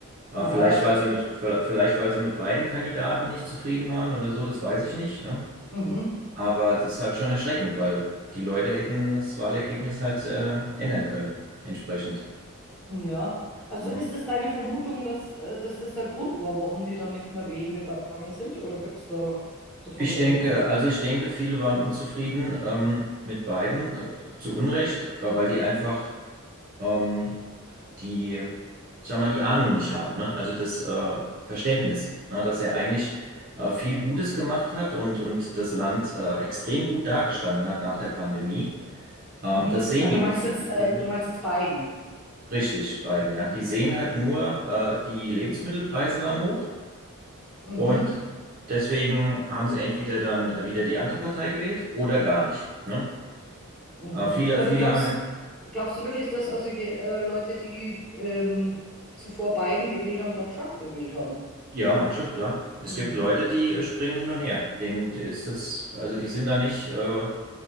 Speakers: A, on the right; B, in the centre.
A: Aber
B: Aha,
A: vielleicht,
B: weiß.
A: weil sie mit, vielleicht, weil sie mit beiden Kandidaten nicht zufrieden waren oder so, das weiß ich nicht. Ne?
B: Mhm.
A: Aber es ist halt schon erschreckend, weil die Leute hätten das Wahlergebnis halt äh, ändern können, entsprechend.
B: Ja. Also
A: Ja.
B: ist es deine Vermutung, dass, äh, dass das der Grund war, warum die dann nicht mehr wählen gegangen sind? Oder gibt es da so von
A: Ich
B: irgendwelchen
A: denke,
B: anderen?
A: also ich denke, viele waren unzufrieden ähm, mit Biden, äh, zu Unrecht, äh, weil die einfach ähm, die, ich sag mal, die Ahnung nicht haben, ne? Also das äh, Verständnis, ne? Dass er eigentlich äh, viel Gutes gemacht hat und, und das Land äh, extrem gut dargestanden hat nach der Pandemie. Ähm,
B: Mhm.
A: das sehen
B: Ah,
A: die
B: du
A: nicht
B: meinst
A: so.
B: jetzt,
A: Die
B: äh,
A: sehen
B: du meinst jetzt Biden.
A: Richtig, Biden, ja.
B: Mhm.
A: Die sehen halt
B: Mhm.
A: nur, äh, die Lebensmittelpreise waren hoch
B: Mhm.
A: und deswegen haben sie entweder dann wieder die andere Partei gewählt oder gar nicht. Ne?
B: Mhm.
A: Äh, viele,
B: Ah,
A: viele
B: du glaubst,
A: haben ja,
B: glaubst du wirklich, dass also je, äh, Leute, die ähm, zuvor Biden gewählt haben, dann Trump gewählt haben?
A: ja, manche, klar. Es
B: Mhm,
A: gibt Leute, die äh, springen hin und her. Denen ist das, also die sind da nicht äh,